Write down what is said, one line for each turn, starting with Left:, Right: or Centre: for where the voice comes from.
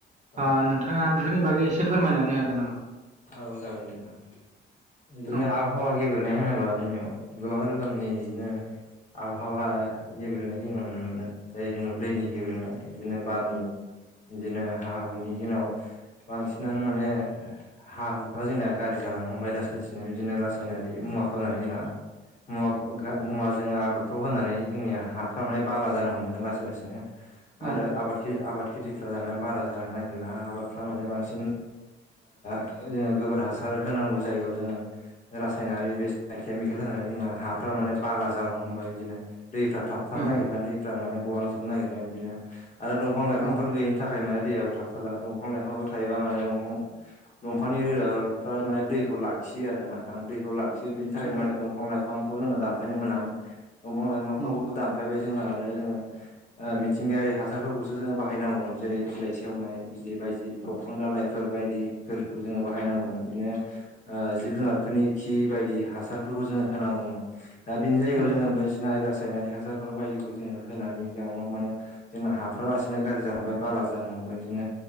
Left: औ
Right: ओ नोंथाङा बेफोरनि बागै एसे फोरमायनानै हागोन नामा
Left: औ जागोन दे नोंथां बिदिनो
Right: औ
Left: आबहावा गेब्रेंनाय होनोबा जोंनियाव गोबां रोखोम बिदिनो आबहावा गेब्रेंनाय जोङो नुनो मोनो जों दैनि गेब्रेंनाय बिदिनो बारनि बिदिनो हा हुनि दिनाव बांसिनानो माने हा हुफ्रा जोंना गाज्रि जालांनो हमबाय लासै लासैनो बिदिनो रासायनारि मुवा फैनानै जोंना मुवा मुवा जोंङोआबादफ्राव होनानै जोंनिया हाफ्रा माने बाला जानो हमदों लासै लासैनो आरो
Right: औ
Left: आबाद खेथि आबाद खेथि फ्रा जानाया बारा जानो नागिरला आबादफ्रा माने बांसिन ओ जोङो गोबोर हासार होनांगौ जायो जोङो रासायनारि बे केमिकेल होनानै जोंना हाफ्रा माने बाला जालांनो हमबाय बिदिनो दैफ्रा थाबथानो
Right: औ
Left: नागिरला दैफ्रा माने गलांजोबनो नागिरबाय बिदिनो आरो दंफां लाइफांफोर
Right: औ
Left: गैयिनि थाखाय माने दैयाबो थाबथाला दंफां लाइफांफोर थायोबा माने दंफां दंफांनि रोदाफ्रा माने दैखौ लाखियो आरो ना नोंथां दैखौ लाखियो बेनि थाखायनो
Right: औ
Left: माने दंफां लाइफां जोङो दानफायनो मोनामोन दंफां लाइफोरखौबो
Right: औ
Left: दानफायबाय जोङो आरो जोङो मिथिंगायारि हासारफोरखौसो जोङो बाहायनांगौमोन जेरै बिलाइ सेवनाय बिदि बायदि दंफां दालाइफोर बायदि फोरखौ जोङो बाहायनांगौमोन बिदिनो ओ जिब जुनारफोरनि खि बायदि हासारफोरखौ जोङो होनांगौमोन दा बिनि जायगायाव
Right: औ
Left: जोङो बायदिसिना रासायनारि हासारफोर बायदिखौ जोङो होनानै जाउनाव माने जोंना हाफ्रा लासै बिदिनो गाज्रि जालांबाय बाला जानो हमबाय बिदिनो